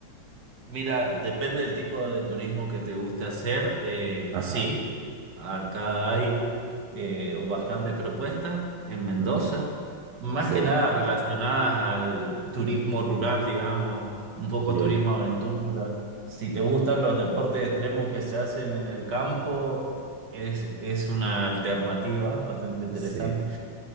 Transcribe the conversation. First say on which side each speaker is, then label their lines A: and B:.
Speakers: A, on the right (about 55°); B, on the right (about 75°).
A: Mira, depende del tipo de turismo que te guste hacer. eh,
B: Ajá.
A: sí, acá hay eh, bastantes propuestas en Mendoza,
B: ujú,
A: más
B: Sí,
A: que nada relacionadas al turismo rural, digamos, un poco
B: bien.
A: turismo aventura. Si te gustan los deportes extremos que se hacen en el campo, es, es una alternativa bastante interesante.
B: Sí,